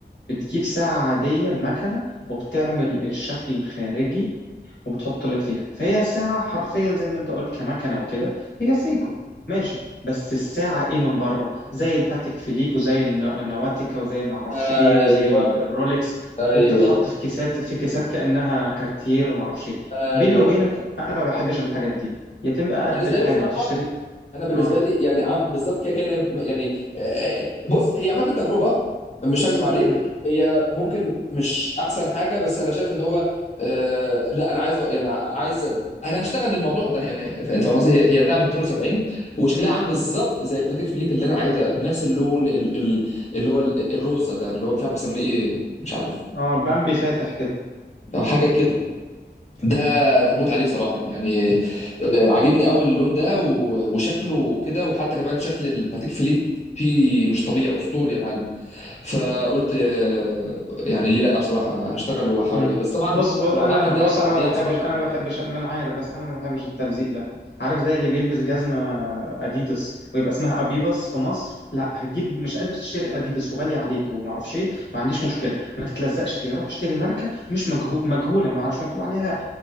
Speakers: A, on the left (about 75°); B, on the left (about 40°).
A: بتجيب ساعة عادية المكنة وبتعمل الشكل الخارجي وبتحط لك فيها فهي الساعة حرفيا زي ما انت قلت كمكنة وكده هي سيكو ماشي بس الساعة ايه من بره زي الباتيك فيليب وزي الن- النواتيكا وزي المعرفش
B: ايوه
A: ايه وزي ال- الرولكس
B: ايوه
A: وبتتحط في كيسات في كيسات كأنها كارتير ومعرفش ايه
B: ايوه
A: بيني وبينك انا ما بحبش الحاجات دي يتم قد
B: انا بالنسبه
A: الحاجة
B: لي بصراحه
A: وتشتري
B: انا بالنسبه
A: اه
B: لي يعني عم بالظبط كده كان يعني آه، آه، بص هي عامه تجربه مش هكذب عليك
A: مم.
B: هي ممكن مش احسن حاجه بس انا شايف ان هو آه، لا انا عايز يعني عايز انا هشتغل للموضوع ده يعني ف- انت فاهم قصدي هي هي بتاع ب 270 وشكلها عامل بالظبط زي الباتيك فيليب اللي انا عايزه بنفس اللون ال- ال- اللي هو ال- الروزه ده اللي هو مش عارف بيسميه ايه مش عارف
A: اه بامبي فاتح كده
B: حاجه كده ده انا هموت عليه بصراحه يعني آه، عاجبني قوي اللون ده و- وشكله كده وحتى كمان شكل الباتيك فيليب فيه مش طبيعي اسطوري يا معلم فقلت آه، يعني ليه لا بصراحه هشتغل واحاول
A: مم.
B: أجيب. بس طبعا
A: بص بص
B: لو
A: انا
B: هعمل
A: بص
B: ده بعدين
A: انا ما بحبش
B: بصراحه
A: انا
B: يعني
A: ما بحبش ما انا عارف بس انا ما بحبش التلزيق ده عارف زي اللي بيلبس جزمه اديداس ويبقى اسمها ابيباس في مصر لا هتجيب مش قادر تشتري اديداس وغالي عليك وما اعرفش ايه ما عنديش مشكله ما تتلزقش فيها روح اشتري ماركه مش مجهو... مجهوله ما مش مكتوب عليها